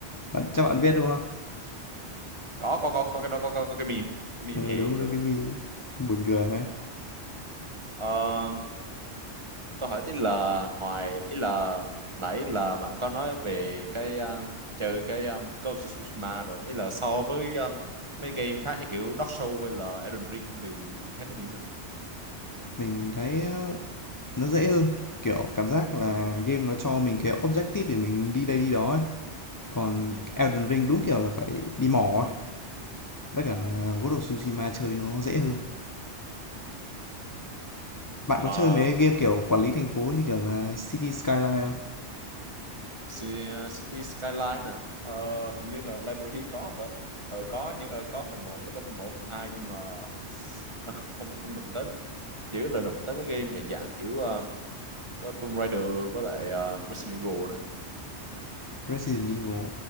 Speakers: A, on the left; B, on the right.
A: Bạn, chắc bạn biết đúng không?
B: có có có có cái đó có có, có cái meme á, cái meme
A: Ừ,
B: hề
A: đúng,
B: vừa
A: đúng
B: rồi.
A: cái meme buồn cười ấy.
B: Ờ, Tôi hỏi tí là ngoài ý là nãy là bạn có nói về cái um, chơi cái um, Ghost of Tsushima rồi ý là so với um, mấy game khác như kiểu Dark Souls hay là Elden Ring thì thấy nó như thế nào?
A: Mình thấy ờ, nó dễ hơn, kiểu cảm giác là
B: Ừ.
A: game nó cho mình cái objective để mình đi đây đi đó ấy. Còn
B: Ừ.
A: Elden Ring đúng kiểu là phải đi mò ấy. Với cả
B: À,
A: là Ghost of Tsushima chơi nó dễ hơn. Bạn
B: à,
A: có chơi mấy game kiểu quản lý thành phố như kiểu là City Skyline không?
B: Ci- ờ, City Skyline nè Ờ, hình như là library có vậy ờ, có như ờ, có phần một tôi có phần một phần hai nhưng mà <laughs> ờ, không không đụng tới chỉ là đụng tới mấy game dạng dạng kiểu ờ, có Tomb Raider với lại ờ, Resident Evil
A: Resident Evil,